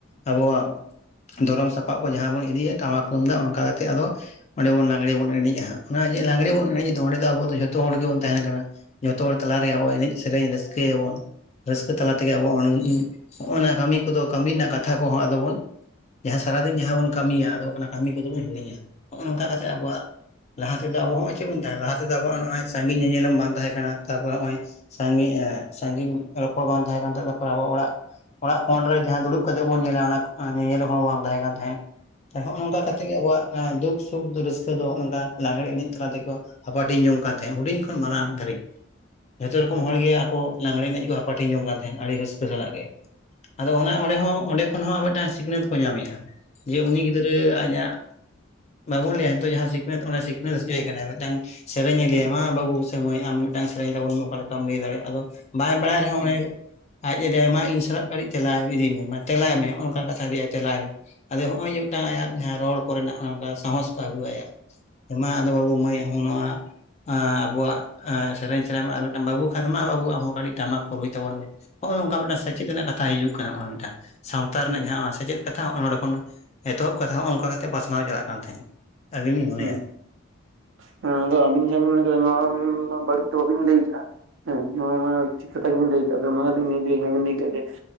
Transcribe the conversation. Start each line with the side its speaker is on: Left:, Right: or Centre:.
Left: ᱟᱵᱚᱣᱟᱜᱼᱼ ᱫᱷᱚᱨᱚᱢ ᱥᱟᱯᱟᱵ ᱠᱚ ᱡᱟᱦᱟᱸ ᱵᱚᱱ ᱤᱫᱤ ᱠᱟᱱ ᱫᱚ ᱴᱟᱢᱟᱠ ᱛᱩᱢᱫᱟ ᱚᱱᱠᱟ ᱠᱟᱛᱮᱫ ᱟᱫᱚᱼᱼ ᱚᱸᱰᱮ ᱵᱚᱱ ᱞᱟᱜᱽᱲᱮ ᱵᱚᱱ ᱮᱱᱮᱡᱼᱟ ᱦᱟᱜ ᱚᱱᱟ ᱡᱮ ᱞᱟᱜᱽᱬᱮ ᱵᱚᱱ ᱮᱱᱮᱡ ᱫᱚ ᱚᱸᱰᱮ ᱫᱚ ᱟᱵᱚ ᱫᱚ ᱡᱷᱚᱛᱚ ᱦᱚᱲ ᱜᱮᱵᱚᱱ ᱛᱟᱦᱮᱱ ᱠᱟᱱᱟ᱾ ᱡᱷᱚᱛᱚ ᱦᱚᱲ ᱛᱟᱞᱟᱨᱮ ᱟᱵᱚ ᱮᱱᱮᱡ ᱥᱮᱨᱮᱧ ᱨᱟᱹᱥᱠᱟᱹᱭᱟᱵᱚᱱ ᱨᱟᱹᱥᱠᱟᱹ ᱛᱟᱞᱟ ᱛᱮᱜᱮ ᱟᱵᱚᱼᱼ <unintelligible> ᱦᱚᱜᱼᱱᱟ ᱠᱟᱹᱢᱤ ᱠᱚᱫᱚ ᱠᱟᱹᱢᱤ ᱨᱮᱱᱟᱜ ᱠᱟᱛᱷᱟ ᱠᱚᱦᱚᱸ ᱟᱫᱚ ᱵᱚᱱᱼᱼ ᱡᱟᱦᱟᱸ ᱥᱟᱨᱟᱫᱤᱱ ᱡᱟᱦᱟᱸ ᱵᱚᱱ ᱠᱟᱹᱢᱤᱭᱟ ᱟᱫᱚ ᱚᱱᱟ ᱠᱟᱹᱢᱤ ᱠᱚᱫᱚ ᱵᱚᱱ ᱦᱤᱲᱤᱧᱟ ᱦᱚᱜᱼᱚ ᱱᱚᱝᱠᱟ ᱠᱟᱛᱮᱫ ᱟᱵᱚᱣᱟᱜᱼᱼ ᱞᱟᱦᱟ ᱛᱮᱫᱚ ᱟᱵᱚ ᱦᱚᱸᱚᱭ ᱪᱮᱫ ᱵᱚᱱ <unintelligible> ᱞᱟᱦᱟ ᱛᱮᱫᱚ ᱥᱟᱸᱜᱤᱧ ᱧᱮᱞᱮᱞᱚᱢ ᱵᱟᱝᱼᱼ ᱛᱟᱦᱮᱸ ᱠᱟᱱᱟ ᱛᱟᱨᱯᱚᱨᱮ ᱦᱚᱜ-ᱚᱭ ᱥᱟᱜᱤᱧ ᱥᱟᱜᱤᱧᱼᱼ ᱨᱚᱯᱚᱲ ᱵᱟᱝ ᱛᱟᱦᱮᱸ ᱠᱟᱱ ᱛᱟᱨᱯᱚᱨ ᱟᱵᱚ ᱚᱲᱟᱜ ᱚᱲᱟᱜ ᱠᱚᱸᱲ ᱨᱮ ᱡᱟᱦᱟᱸ ᱫᱩᱲᱩᱵ ᱠᱟᱛᱮᱜ ᱵᱚᱱ ᱧᱮᱞᱟ ᱚᱱᱟ ᱧᱮᱞᱮᱞᱚᱢ ᱦᱚᱸ ᱵᱟᱝ ᱛᱟᱦᱮᱸ ᱠᱟᱱ ᱛᱟᱸᱮᱫ ᱦᱚᱜᱼᱱᱚᱝᱠᱟ ᱠᱟᱛᱮᱫᱼᱼ ᱛᱮᱜᱮ ᱟᱵᱚᱣᱟᱜ ᱫᱩᱠ ᱥᱩᱠ ᱨᱟᱹᱥᱠᱟᱹ ᱫᱚ ᱦᱟᱜ-ᱱᱚᱝᱠᱟ ᱞᱟᱜᱽᱲᱮ ᱮᱱᱮᱡ ᱛᱟᱞᱟ ᱛᱮᱠᱚᱼᱼ ᱦᱟᱯᱟᱴᱤᱧ ᱡᱚᱝ ᱠᱟᱱ ᱛᱟᱦᱮᱸᱫ ᱦᱩᱰᱤᱧ ᱠᱷᱚᱱ ᱢᱟᱨᱟᱝ ᱫᱷᱟᱹᱨᱤᱡ᱾ ᱡᱷᱚᱛᱚ ᱨᱚᱠᱚᱢ ᱦᱚᱲ ᱜᱮ ᱟᱠᱚ ᱞᱟᱜᱽᱲᱮ ᱮᱱᱮᱡ ᱠᱚ ᱦᱟᱯᱟᱴᱷᱧ ᱡᱚᱝ ᱠᱟᱱ ᱛᱟᱦᱮᱸᱫ ᱟᱹᱰᱤ ᱨᱟᱹᱥᱠᱟᱹ ᱥᱟᱞᱟᱜ ᱜᱮ᱾ ᱟᱫᱚ ᱚᱱᱟ ᱚᱸᱰᱮ ᱦᱚᱸ ᱚᱸᱰᱮ ᱠᱷᱚᱱ ᱦᱚᱸ ᱢᱮᱫᱴᱟᱝ ᱥᱤᱠᱷᱱᱟᱹᱛ ᱠᱚ ᱧᱟᱢᱮᱜᱼᱟ ᱡᱮ ᱩᱱᱤ ᱜᱤᱫᱽᱨᱟᱹ ᱨᱟᱹ ᱟᱡᱟᱜ ᱵᱟᱵᱚᱱ ᱞᱟᱹᱭᱟ ᱦᱮᱛᱳᱜ ᱡᱟᱦᱟᱸ ᱥᱤ ᱱᱟᱹᱛ ᱚᱱᱮ ᱥᱤᱠᱷᱱᱟᱹᱛ ᱦᱚᱪᱚᱭᱮ ᱠᱟᱱᱟ ᱢᱤᱫᱴᱟᱝ ᱥᱮᱨᱮᱧᱮ ᱞᱮᱭᱟ ᱢᱟ ᱵᱟᱹᱵᱩ ᱥᱮ ᱢᱟᱹᱭ ᱟᱢ ᱢᱤᱫᱴᱟᱝ ᱥᱮᱨᱮᱧ ᱛᱟᱵᱚᱱ ᱢᱮ᱾ ᱚᱠᱟ ᱞᱮᱠᱟᱢ ᱞᱟᱹᱭ ᱫᱟᱲᱮᱭᱟᱜᱼᱟ, ᱟᱫᱚ ᱵᱟᱭ ᱵᱟᱲᱟᱭ ᱨᱮᱦᱚᱸ ᱚᱱᱮᱼᱼ ᱟᱡ ᱮ ᱞᱟᱹᱭᱟ ᱢᱟ ᱤᱧ ᱥᱟᱞᱟᱜ ᱠᱟᱹᱴᱤᱡ ᱛᱮᱞᱟᱭ ᱤᱫᱤ ᱢᱮ ᱛᱮᱞᱟᱭ ᱢᱮ ᱱᱚᱜᱼ ᱱᱚᱝᱠᱟ ᱠᱟᱛᱷᱟ ᱞᱟᱹᱭᱟᱭ᱾ ᱛᱮᱞᱟᱭ ᱢᱮ ᱟᱫᱚ ᱦᱚᱸᱜᱼᱚᱭ ᱡᱮ ᱢᱤᱫᱴᱟᱝ ᱟᱭᱟᱜ ᱡᱟᱦᱟᱸ ᱨᱚᱲ ᱠᱚᱨᱮᱱᱟᱜ ᱚᱱᱠᱟ ᱥᱟᱦᱚᱥ ᱠᱚ ᱟᱹᱜᱩ ᱟᱭᱟ᱾ ᱢᱟ ᱟᱫᱚ ᱵᱟᱵᱚ ᱢᱟᱹᱭ ᱟᱢ ᱦᱚᱸ ᱱᱚᱶᱟᱼᱼ ᱮ ᱟᱵᱚᱣᱟᱜ ᱥᱮᱨᱮᱧ ᱥᱮᱨᱮᱧ ᱢᱮ, ᱟᱨ ᱢᱤᱫᱴᱟᱝ ᱵᱟᱹᱵᱩ ᱠᱷᱟᱱ ᱢᱟ ᱵᱟᱵᱩ ᱟᱢᱦᱚᱸ ᱠᱟᱹᱴᱤᱡ ᱴᱟᱢᱟᱠ ᱠᱚ ᱨᱩᱭ ᱛᱟᱵᱚᱱ ᱢᱮ᱾ ᱦᱚᱜᱼᱚᱭ ᱱᱚᱝᱠᱟ ᱢᱤᱫᱴᱟᱝ ᱥᱮᱪᱮᱫ ᱨᱮᱱᱟᱜ ᱠᱟᱛᱷᱟ ᱦᱤᱡᱩᱜ ᱠᱟᱱᱟ ᱱᱚᱜᱼᱚᱭ ᱢᱤᱫᱴᱟᱝ ᱥᱟᱶᱛᱟ
Right: ᱦᱩᱸ ᱦᱩᱸ ᱦᱩᱸ ᱦᱩᱸ
Left: ᱨᱮᱱᱟᱜ ᱡᱟᱦᱟᱸᱼᱼ ᱠᱟᱛᱷᱟ ᱦᱚᱜᱼᱚ ᱱᱚᱸᱰᱮ ᱠᱷᱚᱱ ᱮᱛᱚᱦᱚᱵ ᱠᱟᱛᱷᱟ ᱦᱚᱜᱼᱚ ᱚᱝᱠᱟ ᱠᱟᱛᱮᱫ ᱯᱟᱥᱱᱟᱣ ᱪᱟᱞᱟᱜ ᱠᱟᱱ ᱛᱟᱦᱮᱸᱫ ᱟᱹᱞᱤᱧ ᱞᱤᱧ ᱢᱚᱱᱮᱭᱟ᱾
Right: ᱦᱩᱸ ᱦᱮᱸ ᱟᱫᱚ ᱟᱵᱤᱱ ᱡᱟᱦᱟᱸ ᱵᱤᱱ ᱞᱟᱹᱭ ᱟᱠᱟᱫᱟ ᱱᱚᱣᱟ ᱢᱟ ᱵᱟᱹᱲᱤᱡ ᱫᱚ ᱵᱟᱵᱤᱱ ᱞᱟᱹᱭ ᱟᱠᱟᱜᱼᱟ᱾ ᱦᱮᱸ ᱱᱚᱣᱟ ᱢᱟ ᱴᱷᱤᱠ ᱠᱟᱛᱷᱟ ᱜᱮᱵᱤᱱ ᱞᱟᱹᱭ ᱠᱟᱜᱼᱟ, <unintelligible> ᱵᱤᱱ ᱞᱟᱹᱭ ᱠᱮᱜᱼᱟ ᱡᱮᱼᱼ